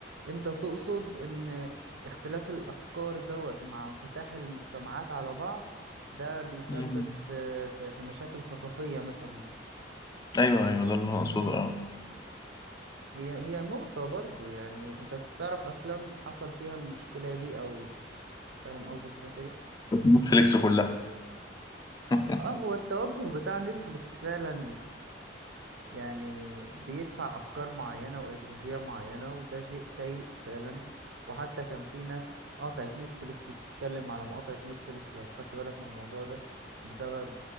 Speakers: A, on the right (about 80°); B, on the left (about 20°).
A: أنت تقصد إن اختلاف الأفكار دوت مع انفتاح المجتمعات على بعض ده بيسبب
B: مم.
A: في في في مشاكل ثقافية مثلا
B: ايوه ايوه ده اللي انا اقصده اه
A: هي هي نقطة برضو يعني انت تعرف افلام حصل فيها المشكلة دي او فاهم قصدي في الحتة دي
B: نتفليكس كلها <laughs>
A: اه هو التوجه بتاع نتفليكس فعلا يعني بيدفع افكار معينة وايديولوجية معينة وده شيء سيء فعلا وحتى كان في ناس قطعت نتفليكس وبتتكلم على مقاطعة نتفليكس لو خدت بالك من الموضوع ده بسبب